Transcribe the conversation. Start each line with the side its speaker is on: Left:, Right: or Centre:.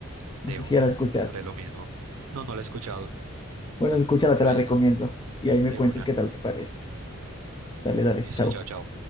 Right: De
Left: No sé
Right: una.
Left: si ya la escuchar.
Right: Haré lo mismo. No, no la he escuchado,
Left: Bueno, escúchala,
Right: pero
Left: te la
Right: ahí
Left: recomiendo.
Right: la,
Left: Y ahí me
Right: de
Left: cuentas
Right: una.
Left: qué tal te parece. Dale, dale,
Right: Listo,
Left: chao.
Right: chao, chao.